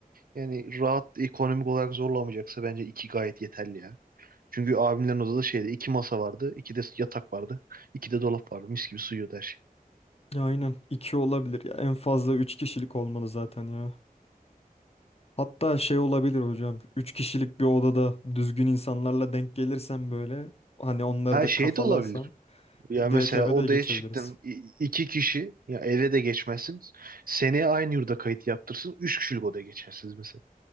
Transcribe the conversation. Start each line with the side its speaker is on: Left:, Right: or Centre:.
Right: Yani rahat ekonomik olarak zorlamayacaksa bence 2 gayet yeterli ya. Çünkü abimlerin odada şeyde 2 masa vardı, 2 de yatak vardı, 2 de dolap vardı. Mis gibi sığıyordu her şey.
Left: Ya aynen 2 olabilir ya. En fazla 3 kişilik olmalı zaten ya. Hatta şey olabilir hocam. 3 kişilik bir odada düzgün insanlarla denk gelirsem böyle hani onları
Right: Her
Left: da
Right: şey
Left: kafalarsam
Right: de olabilir. Ya mesela
Left: direkt eve
Right: odaya
Left: de geçebiliriz.
Right: çıktın i- iki kişi ya eve de geçmezsin. Seneye aynı yurda kayıt yaptırsın. Üç kişilik odaya geçersiniz mesela.